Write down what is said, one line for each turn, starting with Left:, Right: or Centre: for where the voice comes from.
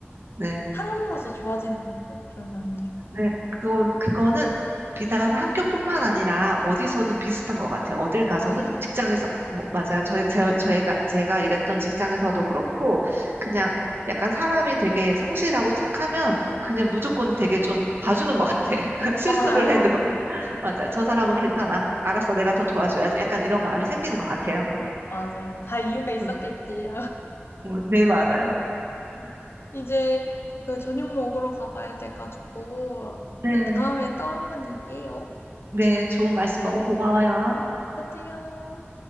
Right: 네.
Left: 사람으로서 좋아지는 것 같아요. 그런 사람들.
Right: 네, 그거, 그거는 비단 학교뿐만 아니라 어디서든 비슷한 것 같아요. 어딜 가서든
Left: 맞아요.
Right: 직장에서, 음. 뭐, 맞아요. 저희, 제, 저희가, 제가 일했던 직장에서도 그렇고, 그냥 약간 사람이 되게 성실하고 착하면 그냥 무조건 되게 좀 봐주는 것 같아. <laughs> 실수를
Left: 맞아요.
Right: 해도. <laughs> 맞아요. 저 사람은 괜찮아. 알았어. 내가 더 도와줘야지. 약간 이런 마음이 생기는 것 같아요.
Left: 맞아요. 다 이유가 있었겠지.
Right: <laughs> 음, 네, 맞아요.
Left: 네. 이제 그 저녁 먹으러 가봐야 돼가지고
Right: 네.
Left: 우리 다음에 또 한 번 얘기해요.
Right: 네, 좋은 말씀 너무 고마워요.
Left: 저도요.